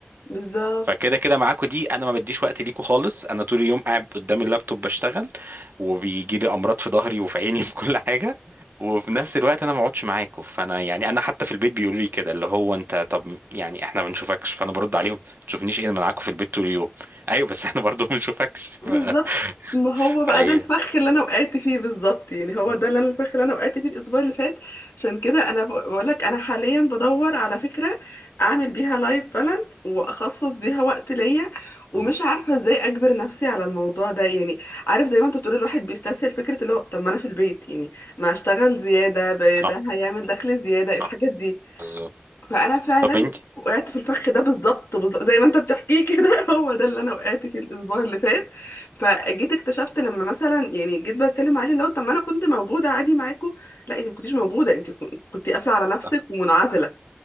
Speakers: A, on the left; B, on the right.
A: بالظبط
B: فكده كده معاكوا دي انا ما بديش وقت ليكوا خالص انا طول اليوم قاعد قدام اللابتوب بشتغل وبيجي لي امراض في ظهري وفي عيني <laughs> في كل حاجه وفي نفس الوقت انا ما اقعدش معاكوا فانا يعني انا حتى في البيت بيقولوا لي كده اللي هو انت طب يعني احنا ما بنشوفكش فانا برد عليهم ما تشوفنيش ايه انا معاكوا في البيت طول اليوم <laughs> ايوه بس احنا برضو ما بنشوفكش
A: بالظبط
B: ف... <laughs>
A: ما هو
B: فهي
A: بقى ده الفخ اللي انا وقعت فيه بالظبط يعني هو
B: م-
A: ده اللي أنا- الفخ اللي انا وقعت فيه الاسبوع اللي فات عشان كده انا بقول لك انا حاليا بدور على فكرة اعمل بيها لايف بالانس واخصص بيها وقت ليا ومش
B: م.
A: عارفة ازاي اجبر نفسي على الموضوع ده يعني عارف زي ما انت بتقول الواحد بيستسهل فكرة اللي هو طب ما انا في البيت يعني ما اشتغل زيادة ب-
B: صح
A: ده هيعمل دخل زيادة
B: صح
A: الحاجات دي
B: بالظبط
A: فانا فعلا
B: طب انت
A: وقعت في الفخ ده بالظبط بالظبط زي ما انت بتحكيه كده <laughs> هو ده اللي انا وقعت فيه الاسبوع اللي فات فجيت اكتشفت لما مثلا يعني جيت بتكلم عليه اللي هو طب ما انا كنت موجوده عادي معاكم لا انت ما كنتيش موجوده انت كن- كنت قافله على نفسك
B: <laughs>
A: ومنعزله